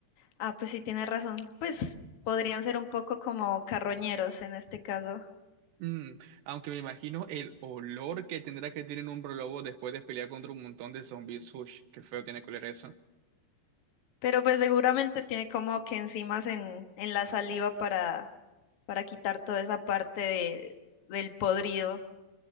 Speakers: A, on the left; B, on the right.
A: Ah, pues sí, tienes razón. Pues podrían ser un poco como carroñeros en este caso.
B: Mm, aunque me imagino el olor que tendrá que tener un hombre lobo después de pelear contra un montón de zombies. Ush, qué feo tiene que oler eso.
A: Pero pues seguramente tiene como que enzimas en, en la saliva para, para quitar toda esa parte de- del podrido.